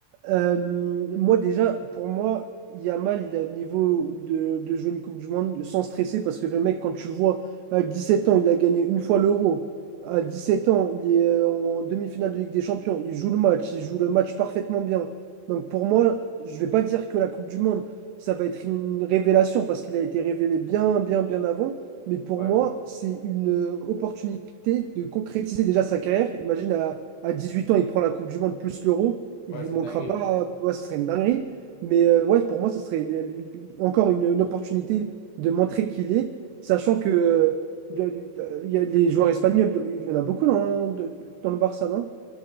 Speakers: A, on the right (about 85°); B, on the left (about 75°).
A: Euh, moi, déjà, pour moi, Yamal, il a le niveau de, de jouer une Coupe du Monde sans stresser parce que le mec, quand tu le vois, à dix sept ans, il a gagné une fois l'Euro. À dix sept ans, il est euh, en demi-finale de Ligue des Champions. Il joue le match, il joue le match parfaitement bien. Donc, pour moi, je vais pas dire que la Coupe du Monde, ça va être une révélation parce qu'il a été révélé bien, bien, bien avant. Mais pour
B: Ouais,
A: moi, c'est une euh, opportunité de concrétiser déjà sa carrière. Imagine, à, à dix huit ans, il prend la Coupe du Monde plus l'Euro
B: ouais,
A: il lui
B: c'est
A: manquera
B: une dinguerie.
A: pas, ouais, ce serait une dinguerie. Mais euh, ouais, pour moi, ce serait euh, encore une, une opportunité de montrer qu'il est, sachant que euh, de- de- il y a les joueurs espagnols, il y en a beaucoup dans, de- dans le Barça, non?